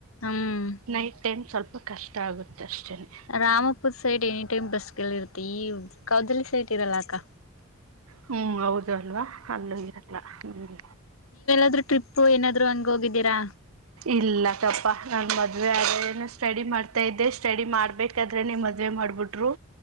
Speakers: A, on the left; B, on the right.
A: ಹ್ಮ್
B: ನೈಟ್ ಟೈಮ್ ಸ್ವಲ್ಪ ಕಷ್ಟ ಆಗುತ್ತೆ ಅಷ್ಟೇನೆ
A: Rampur side any time bus ಲ್ಲಿ ಇರ್ತ್ತ ಈ ಕೌದಲಿ ಸೈಡ್ ಇರಲ್ಲ ಅಕ್ಕ
B: ಹ್ಮ್ ಹೌದು ಅಲ್ವಾ ಅಲ್ಲೂ ಇರಲ್ಲ ಹ್ಮ್
A: ಅಂದ್ರೆ ಟ್ರಿಪ್ ಏನಾದ್ರು ಹಂಗ ಹೋಗಿದ್ದೀರಾ
B: ಇಲ್ಲ ತಪ್ಪಾ ನಾನನ್ ಮದ್ವೆ ಆದಏನ ಸ್ಟಡಿ ಮಾಡ್ತಾ ಇದ್ದೆ ಸ್ಟಡಿ ಮಾಡ್ಬೇಕಾದ್ರೆ ನಿಮ್ಮ್ ಮದ್ ಮದೆ ಮಾಡ್ಬಿಟ್ರು